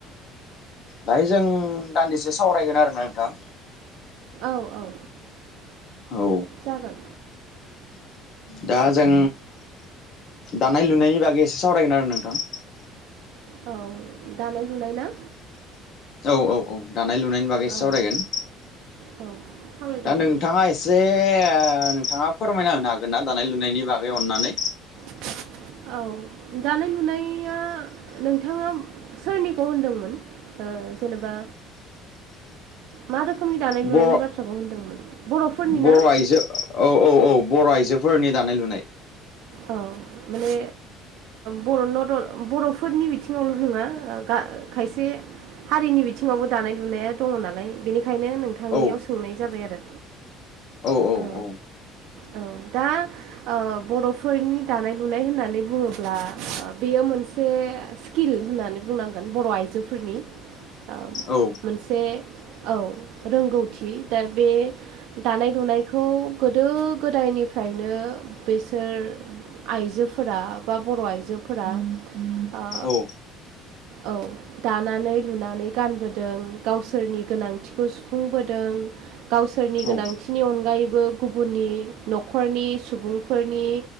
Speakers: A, on the left; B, on the right.
A: दाहाय जों दान्दिसे सावरायगोन आरोना नोंथां।
B: औ औ
A: औ
B: जागोन।
A: दा जों दानाय लुनायनि बागै एसे सावरायगोन आरो नोंथां।
B: औ दानाय लुनाय ना?
A: औ औ औ दानाय लुनायनि बागै एसे
B: औ
A: सावरायगोन।
B: औ। सावरायजागोन
A: दा नोंथाङा एसे ओ नोंथाङा फोरमायना होनो हागोन ना दानाय लुनायनि बागै? अननानै।
B: <inaudible> औ दानाय लुनाया नोंथाङा सोरनिखौ होनदोंमोन? ओ जेनेबा मा रोखोमनि दानाय लुनायनि
A: बर'
B: बाथ्राखौ होनदोंमोन बर'फोरनि
A: बर'
B: ना
A: आइजो औ औ औ। बर' आइजोफोरनि दानाय लुनाय।
B: औ माने बर' न बर'फोरनि बिथिङावल' नङा गा खायसे हारिनि बिथिङावबो दानाय लुनाया दङ नालाय बेनिखायनो नोंथांनियाव
A: औ
B: सोंनाय जाबाय आरो।
A: औ औ
B: ओ
A: औ
B: औ। दा ओ बर'फोरनि दानाय लुनाय होननानै बुङोब्ला बेयो मोनसे स्किल होननानै बुंनांगोन बर' आइजोफोरनि ओ
A: औ
B: मोनसे औ रोंगौथि दा बे दानाय लुनायखौ गोदो गोदायनिफ्रायनो बेसोर आइजोफोरा बा बर' आइजोफोरा ओ
A: औ
B: औ दानानै लुनानै गानबोदों गावसोरनि गोनांथिखौ सुफुंबोदों गावसोरनि
A: औ
B: गोनांथि नि अनगायैबो गुबुननि न'खरनि सुबुंफोरनि